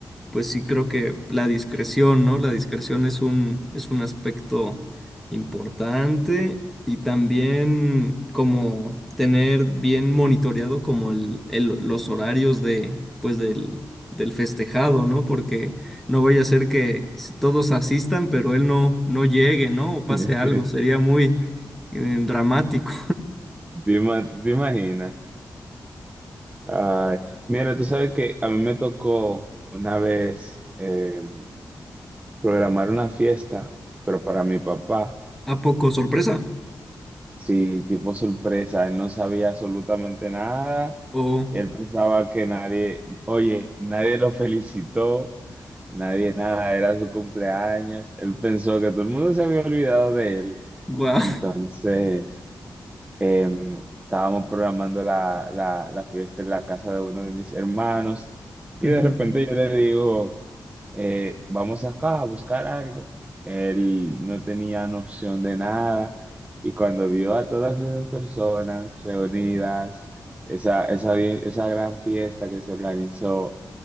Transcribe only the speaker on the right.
<laughs>
¿Te
ima- tú te imaginas? Ay, mira, tú sabes que a mí me tocó una vez em, programar una fiesta, pero para mi papá.
Sí, tipo sorpresa, él no sabía absolutamente nada,
él pensaba que nadie, oye, nadie lo felicitó, nadie nada, era su cumpleaños, él pensó que todo el mundo se había olvidado de él,
entonces... Em, estábamos programando la, la, la fiesta en la casa de uno de mis hermanos y
de repente yo le digo, eh, vamos acá a buscar algo. Él no tenía noción de nada y cuando vio a todas esas personas reunidas, esa, esa, bien- esa gran fiesta que se organizó,